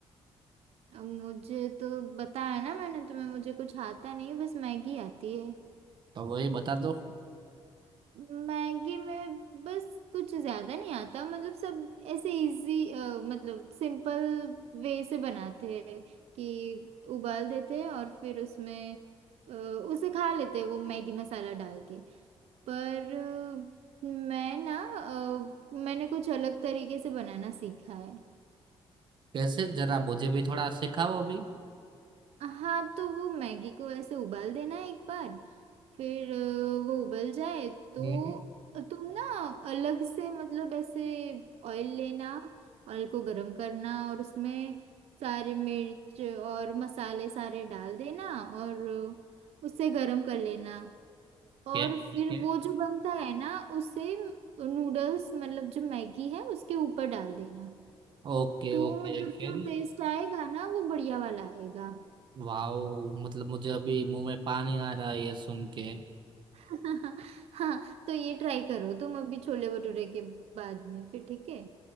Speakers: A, on the right; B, on the right.
A: अब मुझे तो बताया ना मैंने तुम्हें मुझे कुछ आता नहीं बस मैगी आती है
B: तो वही बता दो
A: मैगी में बस कुछ ज्यादा नहीं आता मतलब सब ऐसे इजी मतलब सिंपल वे से बनाते हैं कि उबाल देते हैं और फिर उसमें अ, उसे खा लेते हैं वो मैगी मसाला डाल के पर अ, मैं ना अ, मैंने कुछ अलग तरीके से बनाना सीखा है
B: कैसे जरा मुझे भी थोड़ा सिखाओ अभी
A: हाँ तो वो मैगी को ऐसे उबाल देना है एक बार फिर अ, वो उबल जाए तो
B: हम्म। ठीक
A: तुम ना अलग से मतलब ऐसे ऑयल लेना ऑयल को गरम करना और उसमें सारे मिर्च और मसाले सारे डाल देना और अ, उसे गरम कर लेना और
B: है ठीक
A: फिर
B: है
A: वो जो बनता है ना उसे नूडल्स मतलब जो मैगी है उसके ऊपर डाल देना
B: ओके
A: तो
B: ओके
A: मतलब
B: फिर
A: जो टेस्ट आएगा ना वो बढ़िया वाला आएगा
B: वाओ मतलब मुझे अभी मुंह में पानी आ रहा है ये सुन के
A: <laughs> हाँ हाँ तो ये ट्राई करो तुम अभी छोले भटूरे के बाद में फिर ठीक है